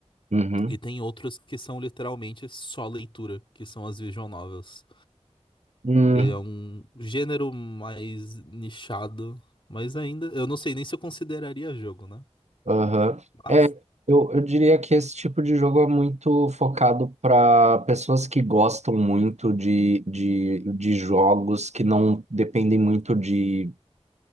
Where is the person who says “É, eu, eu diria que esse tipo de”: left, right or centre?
Right